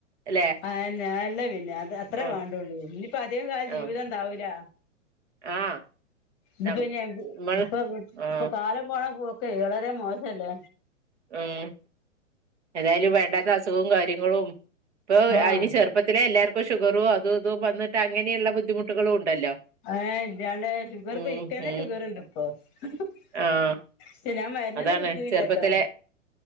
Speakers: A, on the right (about 60°); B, on the left (about 25°).
A: അല്ലെ
B: അതന്നാ അല്ല പിന്നെ അത് അത്രേ
A: ആഹ്
B: വേണ്ടുള്ളൂ ഇനി ഇപ്പ അധികം കാലം ജീവിതം
A: ആഹ്
B: ഇണ്ടാവൂല
A: ആഹ്
B: ഇത്
A: നമ്മൾ
B: പിന്നെ ഇപ്പൊ
A: ആഹ്
B: ഇപ്പൊ കാലം പോണ പോക്കെ വളരെ മോശല്ലേ
A: ഉം ഏതായാലും വേണ്ടത്ത അസുഖോം കാര്യങ്ങളും ഇപ്പൊ
B: ആഹ്
A: അതിന് ചെറുപ്പത്തിലെ എല്ലാർക്കും ഷുഗറൂം <unintelligible> വന്നിട്ട് അങ്ങനെയുള്ള ബുദ്ധിമുട്ടുകളും ഉണ്ടല്ലോ
B: ഏഹ് ഇജാണ്ടേ ഷുഗറിപ്പം
A: ഉം
B: ഇക്കന്നെ
A: ഉം
B: ഷുഗറുണ്ടിപ്പൊ <unintelligible>
A: ആഹ്
B: ഞാൻ മരുന്നൊന്നും
A: അതാണ്
B: കുടിക്കുകില്ലാട്ടോ.
A: ചെറുപ്പത്തിലെ